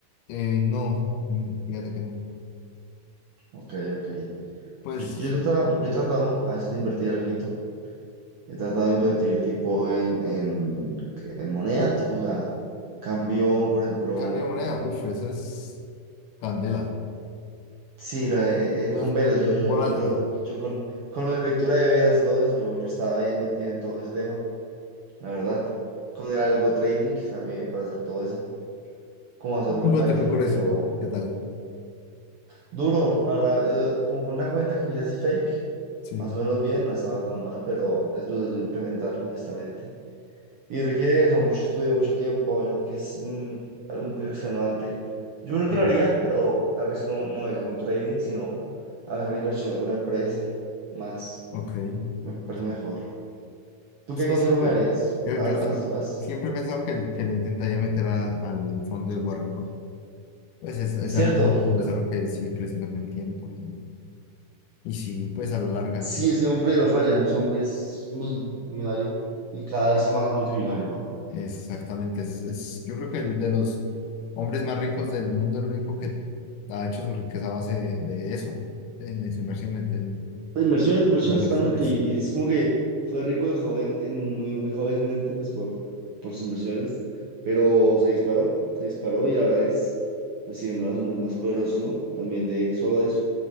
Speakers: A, on the left; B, on the right.
A: Eh, no, mm, fíjate que no.
B: Ok, ok.
A: Pues,
B: Yo, yo, he tratado, yo he tratado a veces de invertir alguito. He tratado de invertir tipo en, en, en moneda, tipo, o sea, cambio, por ejemplo.
A: y cambio de moneda, uff, eso es. Candela.
B: Sí, no, eh,
A: No
B: eh, con
A: es
B: velas,
A: muy
B: yo, yo,
A: volátil.
B: yo, yo, yo con, con la lectura de velas y todo eso, yo, yo estaba bien metido en todo ese tema, la verdad. Con el algo trading también para hacer todo eso, como hacerlo con
A: ¿Cómo
B: Python,
A: te fue con eso?
B: pero
A: ¿Qué tal?
B: duro, la verdad, eh, como con una cuenta que me hice así fake,
A: Sí,
B: más o menos bien, no estaba tan mal, pero es duro, es duro implementarlo, honestamente. Y requiere eso, mucho estudio, mucho tiempo, yo creo que es un, un proyecto extenuante. Yo creo que
A: bien.
B: lo haría, pero tal vez no, no es un trading, sino a la mejor inversión de alguna empresa, más.
A: Ok.
B: Me parece
A: Entiendo.
B: mejor. ¿Tú
A: Sí,
B: qué consejo
A: sí,
B: me
A: yo,
B: darías?
A: yo,
B: Haz-
A: yo
B: haz-
A: sie-
B: haz-
A: siempre he pensado que, que le intentaría meter a- al fondo de Warren Buffett. Pues es, es
B: Cierto.
A: algo muy seguro, es algo que sigue creciendo con el tiempo y, y sí, pues a la larga.
B: Sí, ese hombre no falla. Ese hombre es mil- millonario y cada vez es más multimillonario, ¿no?
A: Exactamente. Es, es- yo creo que el de los hombres más ricos del mundo, el único que ha hecho su riqueza a base de, de eso, de, de su inversión, de, de
B: Inversiones, inversiones
A: las acciones.
B: totalmente. Y, y es como que fue rico de joven, en muy, muy jovenmente, pues por, por sus inversiones. Pero se disparó, se disparó y ahora es, pues sí, uno de los hombres más poderosos, ¿no? También de solo de eso.